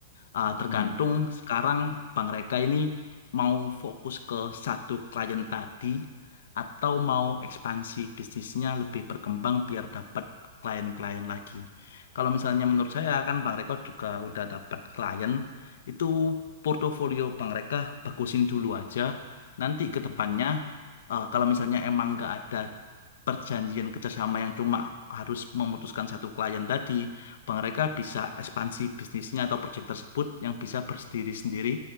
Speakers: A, on the left; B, on the left.
A: Eh,
B: mm-mm.
A: tergantung sekarang Bang Reka ini mau fokus ke satu klien tadi atau mau ekspansi bisnisnya lebih berkembang biar dapat klien-klien lagi. Kalau misalnya menurut saya kan Bang Reka juga udah dapat klien, itu portofolio Bang Reka bagusin dulu aja. Nanti
B: Hmm,
A: ke
B: sih.
A: depannya eh, kalau misalnya emang nggak ada perjanjian kerjasama yang cuma harus memutuskan satu klien tadi, mereka bisa ekspansi bisnisnya atau proyek tersebut yang bisa berdiri sendiri